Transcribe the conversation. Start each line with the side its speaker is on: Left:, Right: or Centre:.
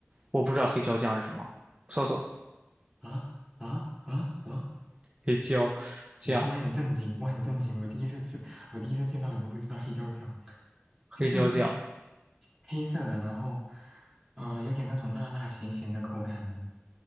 Right: 我不知道黑椒酱是什么，搜搜。
Centre: 啊啊啊啊！
Right: 黑椒酱，
Centre: 我我很震惊，我很震惊，我第一次吃，我第一次见到有人不知道黑椒酱，就是那个
Right: 黑椒酱，
Centre: 黑色的，然后呃有点那种辣辣咸咸的口感的，